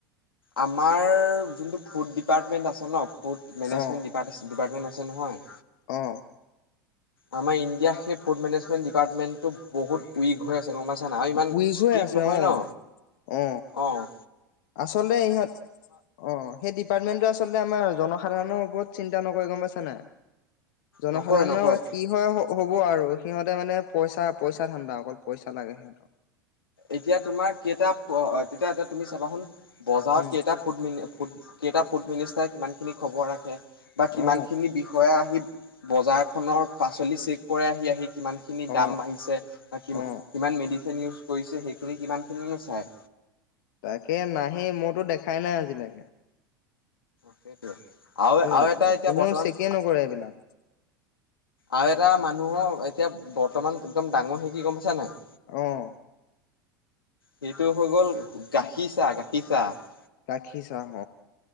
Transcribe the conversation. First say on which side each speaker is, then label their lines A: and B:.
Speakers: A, on the left (about 80°); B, on the left (about 60°).
A: আমাৰ যোনটো ফু ডীপাৰ্টমেণ্ট আছে ন ফুড মেনেজমেণ্ট
B: অ
A: ডি ডিপাৰ্টমেণ্ট আছে নহয়
B: অ
A: আমাৰ ইণ্ডিয়া সেই ফুড মেনেজমেণ্ট ডিপাৰ্টমেন্টটো বহুত উইক হৈ আছে গম পাইছ ন আৰু ইমান
B: উইক
A: ষ্ট্ৰিক্ট
B: হৈ আছে
A: নহয়
B: অ
A: ন
B: অ
A: অঁ
B: আচলতে ইহঁত অ সেইটো ডীপাৰ্টমেণ্টটো আচলতে আমাৰ জনসাধাৰণৰ ওপৰত চিন্তা নকৰে গম পাইছানাই জনসাধাৰণৰ
A: নকয় নকয়
B: কি হয় হব আৰু সিহঁতে মানে পইচা পইচা ধান্দা অকল পইচা লাগে সিহঁতৰ
A: এতিয়া তোমাৰ কেইটা তেতিয়া এতিয়া তুমি চাবাচোন বজাৰত
B: উম
A: কেইটা ফু ম ফু কেইটা ফুড মিনিষ্টাৰে কিমানখিনি খবৰ ৰাখে বা কিমানখিনি
B: অ
A: বিষয়াে আহি বজাৰ খনৰ পাচলি চেক কৰে আহি আহি কিমান খিনি
B: অ
A: দাম বাঢ়িছে বা কি
B: অ
A: কিমান মেডিচিনউ কৰিছে সেইখিনি কিমানখিনো চাই
B: তাকে নাহেই মইতো দেখাই নাই আজিলৈকে
A: সেইটোৱে আৰু
B: কো
A: আৰু এটা এতিয়া
B: কোনেও
A: বৰ্তমান।
B: চেকে নকৰে এইবিলাক
A: আৰু এটা মানুহৰ এতিয়া বৰ্তমান একদম ডাঙৰ হে কি গম পাইছা নাই।
B: অহ।
A: সেইটো হৈ গ'ল গাখীৰ চাহ গাখীৰ চাহ।
B: গাখি চাহ।